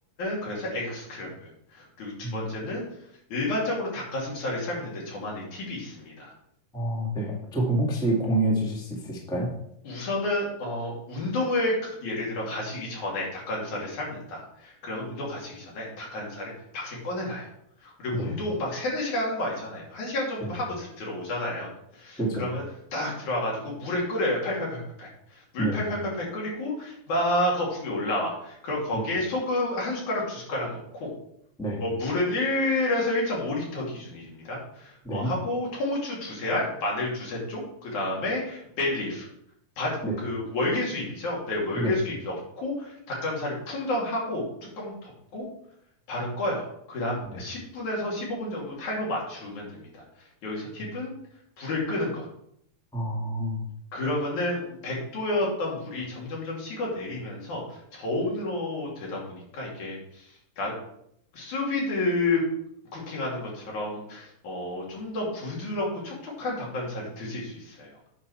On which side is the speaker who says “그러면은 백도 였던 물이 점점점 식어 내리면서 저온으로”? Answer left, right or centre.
Left